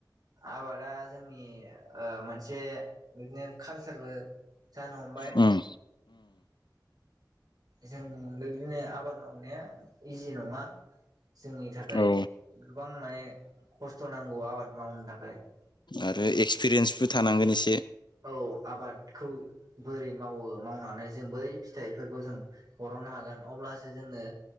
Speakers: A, on the right; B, on the left.
A: आबादा जोंनि ओ मोनसे बिदिनो कालसारबो। जानो हमबाय
B: ओम
A: जों बेबायदिनो आबाद मावनाया इजि नङा। जोंनि थाखाय
B: औ
A: गोबां माने खस्थ' नांगौ आबाद मावनो थाखाय ।
B: आरो एक्सपिरियेन्सबो थानांगोन एसे।
A: औ आबादखौ बोरै मावो मावनानै जों बै फिथाइफोरखौ जों बरननो हा गोन अब्लासो जोङो